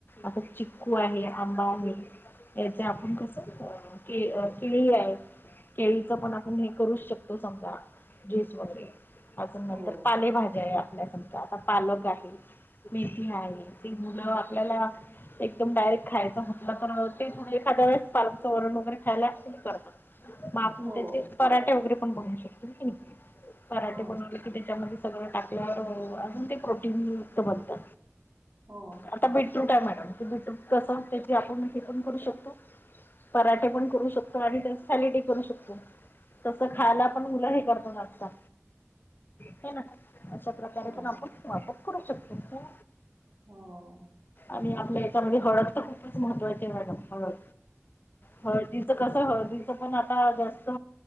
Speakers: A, on the left; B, on the right.
A: आता चिक्कू आहे आंबा आहे याचे आपण कसं के अ केळी आहे केळीचं पण आपण हे करूच शकतो समजा ज्यूस वगैरे अजून नंतर
B: हो,
A: पालेभाज्या आपल्या आता पालक आहे मेथी आहे ती मुलं आपल्याला एकदम डायरेक्ट खायचं म्हटलं तर ते तुरले खातात पालकचं वरण वगैरे खायला हे करतात मग आपण
B: हो,
A: त्याचे पराठे वगैरे पण बनवू शकतो होय की नाही पराठे
B: हो,
A: बनवले की त्याच्यामध्ये सगळं टाकल्यावर अजून ते प्रोटीनयुक्त बनतं
B: हो,
A: आता बीटरूट आहे म बिटरुट कसं त्याचे आपण हे पण करू शकतो पराठे पण करू शकतो आणि त्या सॅलेडही करू शकतो तस खायला पण मुलं हे करतात आता आहे ना अशा प्रकारे
B: हो,
A: पण आपण वापर करू शकतो
B: हो,
A: आणि आपल्या ह्याच्यामध्ये हळद तर खूपच महत्त्वाची मॅडम हळद हो तिचं कस हळद पण आता जास्त